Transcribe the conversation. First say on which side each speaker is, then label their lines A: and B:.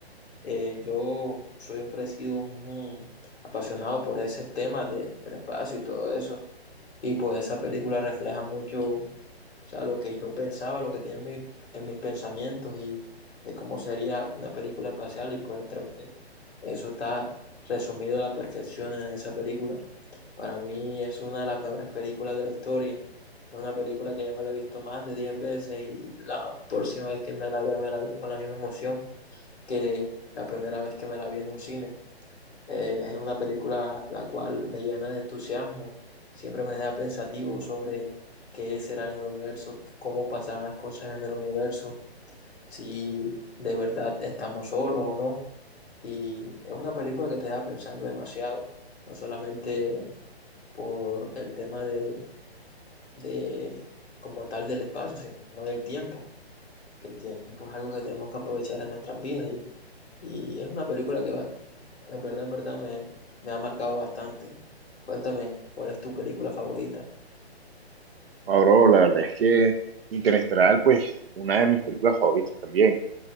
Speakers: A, on the left; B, on the right.
A: Eh, yo siempre he sido un, un apasionado por esos temas de, del espacio y todo eso. Y pues esa película refleja mucho, o sea, lo que yo pensaba, lo que tenía en, mi- en mis pensamientos y de cómo sería una película espacial. Y pues creo que eso está resumido a la perfección en esa película. Para mí es una de las mejores películas de la historia. Es una película que ya me la he visto más de 10 veces y la próxima vez que me la vea me la veo con la misma emoción que la primera vez que me la vi en un cine. Eh, es una película la cual me llena de entusiasmo, siempre me deja pensativo sobre qué será el universo, cómo pasarán las cosas en el universo, si de verdad estamos solos o no. Y es una película que te deja pensando demasiado, no solamente por el tema de, de como tal del espacio, sino del tiempo, que el tiempo es algo que tenemos que aprovechar en nuestras vidas y, y es una película que va, en verdad, en verdad me, me ha marcado bastante. Cuéntame, ¿cuál es tu película favorita?
B: ah, bro, la verdad es que Interestelar, pues, una de mis películas favoritas también.